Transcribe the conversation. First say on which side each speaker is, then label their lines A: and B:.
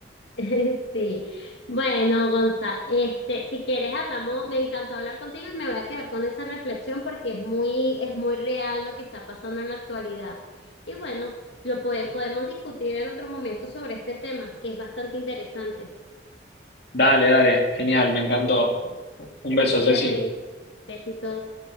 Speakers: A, on the left; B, on the left.
A: <laughs> Sí, bueno, Gonza, este, si quieres hablamos, me encantó hablar contigo y me voy a quedar con esa reflexión porque es muy, es muy real lo que está pasando en la actualidad. Y bueno, lo pode- podemos discutir en otro momento sobre este tema, que es bastante interesante.
B: Dale, dale, genial, me encantó.
A: <laughs>
B: Un beso,
A: Cuídate,
B: Jessy.
A: besitos.